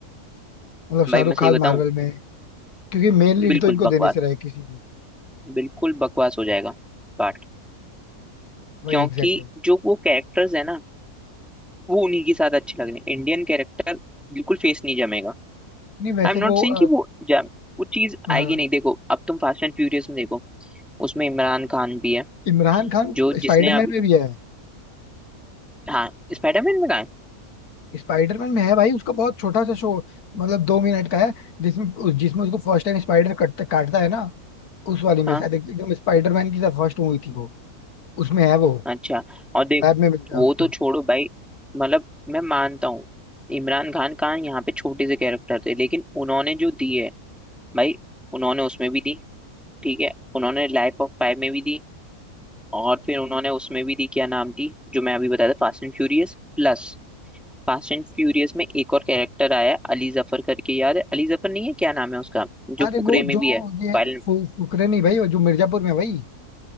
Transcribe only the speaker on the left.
मतलब शाहरुख
खान
मार्वल में क्योंकि मेन लीड
तो इनको
देने से रहे किसी भी
वही
एग्जैक्टली exactly.
नहीं वैसे
वो
अ,
हाँ
इमरान खान
स्पाइडरमैन
में भी है
स्पाइडरमैन में है भाई उसका बहुत छोटा सा शो मतलब दो मिनट का है जिसमें उस जिसमें उसको फर्स्ट टाइम स्पाइडर कटता काटता है ना उस वाली
में शायद एक- एकदम स्पाइडरमैन की फर्स्ट मूवी थी वो उसमें है वो
लैब में मिलता
है उसको
अरे
वो
जो
ये
फु, फुकरे नहीं भाई वो जो मिर्जापुर में है भाई